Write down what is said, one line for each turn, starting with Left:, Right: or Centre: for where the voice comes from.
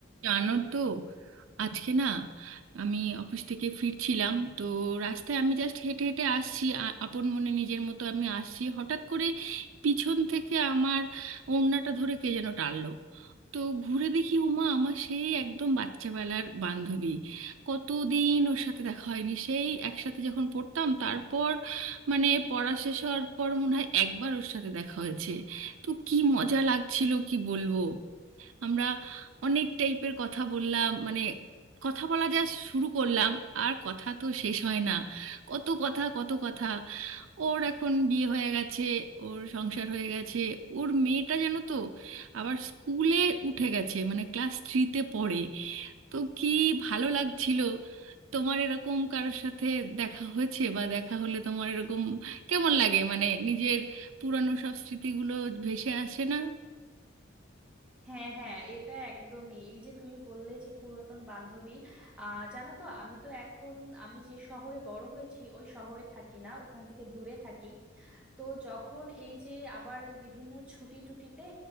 Right: জানো তো আজকে না আমি অফিস থেকে ফিরছিলাম তো রাস্তায় আমি জাস্ট হেঁটে হেঁটে আসছি আ- আপন মনে নিজের মতো আমি আসছি হঠাৎ করে পিছন থেকে আমার ওড়নাটা ধরে কে যেন টানলো তো ঘুরে দেখি উমা আমার সেই একদম বাচ্চাবেলার বান্ধবী কতদিন ওর সাথে দেখা হয়নি সেই একসাথে যখন পড়তাম তারপর মানে পড়া শেষ হওয়ার পর মনে হয় একবার ওর সাথে দেখা হয়েছে তো কি মজা লাগছিল কি বলবো আমরা অনেক টাইপের কথা বললাম মানে কথা বলা যা শুরু করলাম আর কথা তো শেষ হয় না কত কথা কত কথা ওর এখন বিয়ে হয়ে গেছে ওর সংসার হয়ে গেছে ওর মেয়েটা যেন তো আবার স্কুলে উঠে গেছে মানে ক্লাস থ্রিতে পড়ে তো কি ভালো লাগছিল তোমার এরকম কারোর সাথে দেখা হয়েছে বা দেখা হলে তোমার এরকম কেমন লাগে মানে নিজের পুরানো সব স্মৃতিগুলো ভেসে আসে না
Centre: হ্যাঁ হ্যাঁ এটা একদমই এই যে তুমি বললে যে পুরাতন বান্ধবী আহ জানো তো আমি তো এখন আমি যে শহরে বড় হয়েছি ওই শহরে থাকি না ওখান থেকে দূরে থাকি তো যখন এই যে আবার বিভিন্ন ছুটি টুটিতে